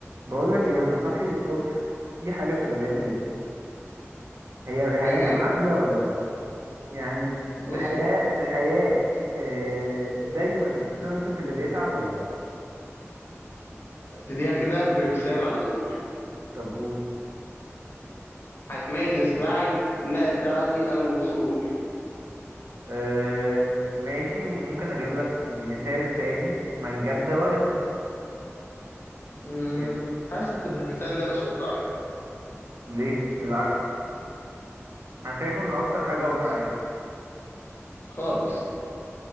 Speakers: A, on the right; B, on the left.
A: بقولك ايه انا صاحي الصبح في حاجة شغلاني جدا هي الحياة
B: ايه هي
A: عادلة ولا لا يعني
B: بص
A: الحياة الحياة آه، دايما بتنصف اللي بيتعب ولا لا
B: هبتديها كده بمثال على طول
A: طب قول
B: حتمية السعي لا تعني الوصول
A: آه، ماشي ممكن اجيب لك مثال تاني من جد وجد
B: مم،
A: يعني
B: حاسس ان المثال ده مش واقعي
A: ليه بالعكس انا شايفه ان اكتر حاجة
B: مم،
A: واقعية
B: خالص